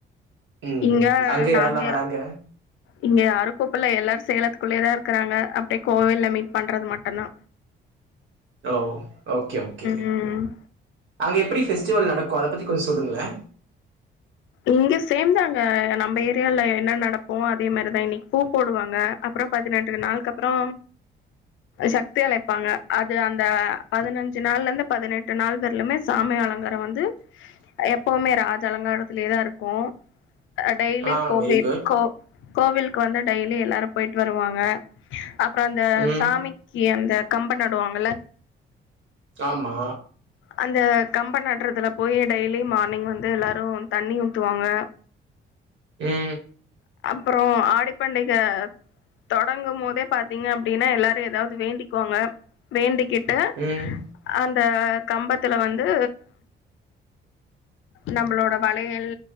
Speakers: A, on the right (about 75°); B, on the left (about 75°).
A: ம்.
B: இங்க
A: அங்க
B: நாங்க
A: யாரெல்லாம் வராங்க?
B: இங்க யாரு கூப்பல்ல எல்லாரு சேலத்துக்குள்ளயே தா இருக்கறாங்க அப்டே கோவில்ல மீட் பண்றது மட்டுந்தா
A: ஓ ஓகே ஓகே
B: ம்
A: அங்க எப்டி ஃபெஸ்டிவல் நடக்கு அத பத்தி கொஞ் சொல்லுங்களே
B: இங்க சேம்தாங்க நம்ப ஏரியால என்ன நடக்குமோ அதே மாரிதா இன்னிக் பூ போடுவாங்க அப்பறோ பதினெட்டு நாள்க்கப்றோ சக்தி அழைப்பாங்க அது அந்த பதனஞ்சு நாள்லர்ந்து பதினெட் டு நாள் வர்லுமே சாமி அலங்காரோ வந்து எப்பவுமே ராஜ அலங்காரத் துலே தா இருக்கு அ டெய்லி
A: ஆ
B: கோவிட்
A: வெரி குட்.
B: கோ கோவில்க் வந்து டெய்லி எல்லாரு போய்ட் வருவாங்க அப்றோ அந்த
A: ம்.
B: சாமி க்கி அந்த கம்ப நடுவாங்கல்ல
A: ஆமா
B: அந்த கம்ப நட்றதுல போயி டெய்லி மார்னிங் வந்து எல்லாரு தண்ணி ஊத்துவாங்க
A: ஏ
B: அப்றோ ஆடி பண்டிக தொடங்கு மோதே பாத்தீங்க அப்டினா எல்லாரு எதாவ்து வேண்டிக்வாங்க வேண்டிக்கிட்டு
A: ம்
B: அந்த கம்பத்துல வந்து நம்ப்ளோட வளையல்